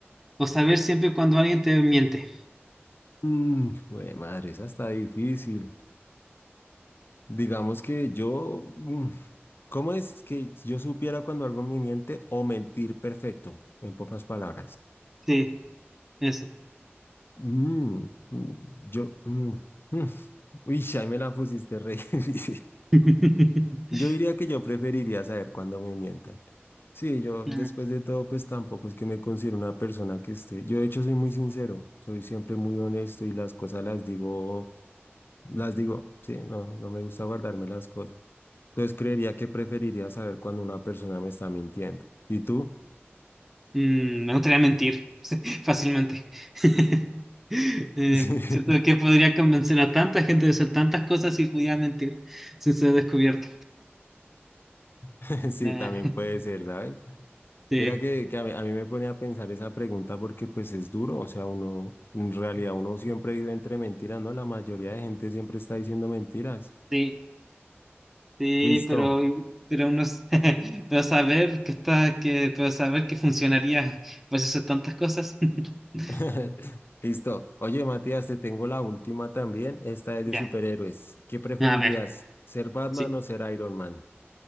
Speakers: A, in the centre; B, on the left (about 55°).
A: o saber siempre cuando alguien te miente?
B: Mm, jue madre, esa está difícil. Digamos que yo, mm, ¿cómo es que yo supiera cuando algo me miente o mentir perfecto, en pocas palabras?
A: Sí, eso.
B: Mm, mm, yo, mm, mm. Uy, ahí me la pusiste re <laughs> difícil.
A: <laughs>
B: Yo diría que yo preferiría saber cuándo me mientan. Sí, yo después
A: <laughs>
B: de todo, pues tampoco es que me considero una persona que esté. Yo de hecho soy muy sincero, soy siempre muy honesto y las cosas las digo, las digo, sí, no, no me gusta guardarme las cosas. Entonces creería que preferiría saber cuando una persona me está mintiendo. ¿Y tú?
A: Mm, me gustaría mentir <laughs> fácilmente. <laughs> Eh,
B: <laughs>
A: siento que
B: Sí,
A: podría convencer a tanta gente de hacer tantas cosas si pudiera mentir sin ser descubierto.
B: <laughs> sí,
A: Nah,
B: también puede ser, ¿sabes?
A: <laughs> sí,
B: Mira que, que a mí, a mí me pone a pensar esa pregunta porque pues es duro, o sea, uno, en realidad uno siempre vive entre mentiras, ¿no? La mayoría de gente siempre está diciendo mentiras.
A: sí, sí,
B: Listo,
A: pero, pero uno, s- <laughs> pero saber que está, que, pero saber que funcionaría pues hacer tantas cosas. <laughs>
B: <laughs> listo. Oye, Matías, te tengo la última también, esta es de
A: Ya,
B: superhéroes. ¿Qué preferirías,
A: a ver,
B: ser Batman
A: sí,
B: o ser Iron Man?